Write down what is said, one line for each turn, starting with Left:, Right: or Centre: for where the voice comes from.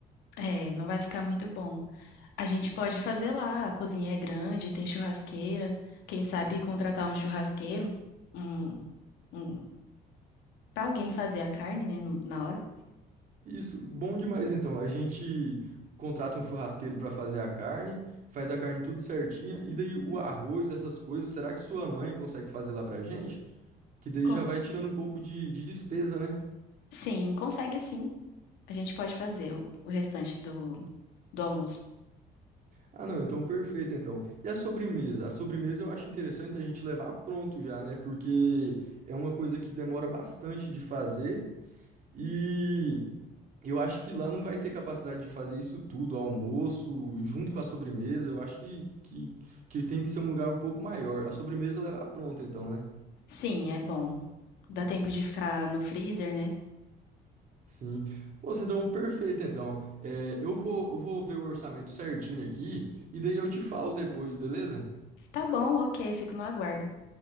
Left: É, não vai ficar muito bom. A gente pode fazer lá, a cozinha é grande, tem churrasqueira. Quem sabe contratar um churrasqueiro, um, um, para alguém fazer a carne, né, no- na hora.
Right: Isso, bom demais então. A gente contrata um churrasqueiro para fazer a carne, faz a carne tudo certinha, e daí o arroz, essas coisas, será que sua mãe consegue fazer lá pra gente? Que daí
Left: Co-
Right: já vai tirando um pouco de, de despesa, né?
Left: sim, consegue sim. A gente pode fazer o, o restante do, do almoço.
Right: Ah, não, então perfeito então. E a sobremesa? A sobremesa eu acho interessante a gente levar pronto já, né? Porque é uma coisa que demora bastante de fazer. E eu acho que lá não vai ter capacidade de fazer isso tudo, almoço, junto com a sobremesa. Eu acho que, que, que tem que ser um lugar um pouco maior. A sobremesa leva pronta, então, né?
Left: Sim, é bom. Dá tempo de ficar no freezer, né?
Right: Sim. Moça, então, perfeito, então. É, eu vou, eu vou ver o orçamento certinho aqui e daí eu te falo depois, beleza?
Left: Tá bom, ok, fico no aguardo.